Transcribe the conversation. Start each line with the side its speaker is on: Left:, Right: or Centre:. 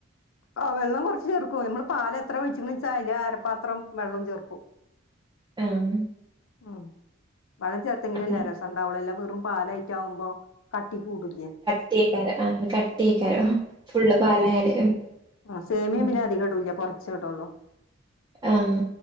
Left: ആഹ് വെള്ളം കുറച്ച് ചേർക്കും നമ്മള് പാല് എത്ര ഒഴിച്ചെന്നു വച്ച അയില് അരപ്പാത്രം വെള്ളം ചേർക്കും
Right: എആഹ്
Left: ആഹ് വെള്ളം ചേർത്തെങ്കിലല്ലെ
Right: അപ്പം
Left: രസം ഉണ്ടാവുള്ളു അല്ല വെറും പാലായിട്ടാകുമ്പോ കട്ടി കൂടൂല്ലേ
Right: കട്ടി ആയിക്കരോ ആഹ് അങ്ങനെ കട്ടി ആയിക്കരോ ഫുള്ള് പാലായാല്
Left: ആഹ് സേമിയയും
Right: ഉം
Left: പിന്നെ അധികം ഇടുല്ല കുറച്ചേ ഇടുള്ളൂ
Right: ആഹ്